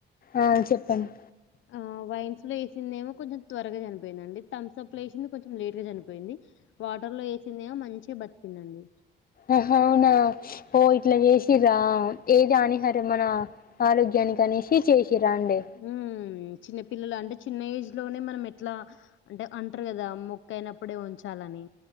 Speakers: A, on the left; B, on the left.
A: ఆ చెప్పండి
B: ఆ వైన్స్ లో వేసిందేమో కొంచెం త్వరగా చనిపోయింద అండి థమ్స్ అప్ లో వేసింది కొంచెం లేట్ గా చనిపోయింది వాటర్ లో వే సినేమా మంచిగా బతికిందండి
A: ఆహా అవునా ఓ ఇట్లా చేసిరా ఏది హానిహార మన ఆరోగ్యం అ కనేషి చేసిర అండి
B: ఉమ్ చిన్న పిల్లలు అంటే చిన్న ఏజ్ లోనే మనం ఎట్లా అంటే అంటారు కదా మొక్క అయినప్పుడే ఉంచాలని